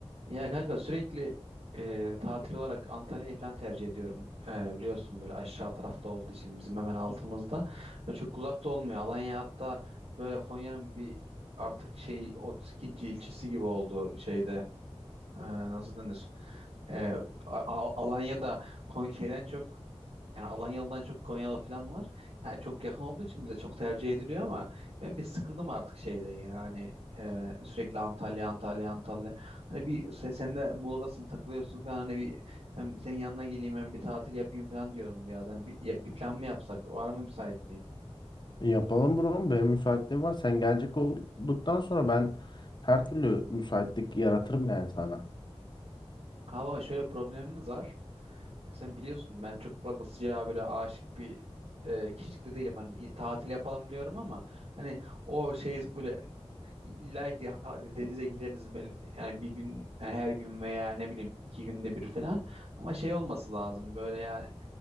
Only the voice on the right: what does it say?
Ya kanka sürekli e, tatil olarak Antalya'yı falan tercih ediyorum. E, biliyorsun böyle aşağı tarafta olduğu için bizim hemen altımızda. E, çok uzakta olmuyor. Alanya hatta böyle Konya'nın bir artık şey otuz ikinci ilçesi gibi oldu şeyde e, nasıl denir? E, A- A- Alanya'da Kon- şeyden çok yani Alanyalı'dan çok Konyalı falan var. Yani çok yakın olduğu için bize çok tercih ediliyor ama ben bir sıkıldım artık şeyde yani e, sürekli Antalya Antalya Antalya. Hani bir se- sen de Muğla'dasın takılıyorsun falan hani bir hem senin yanına geleyim hem bir tatil yapayım falan diyorum bu yaz. Hani bir, ya- bir plan mı yapsak? Var mı müsaitliğin?
Ha baba şöyle problemimiz var. Sen biliyorsun ben çok fazla sıcağa böyle aşık bir e, kişilikte değilim. Hani i- tatil yapalım diyorum ama hani o şey böyle illa ki ha- hadi denize gireriz böyle yani bir gün yani her gün veya ne bileyim iki günde bir falan ama şey olması lazım böyle yani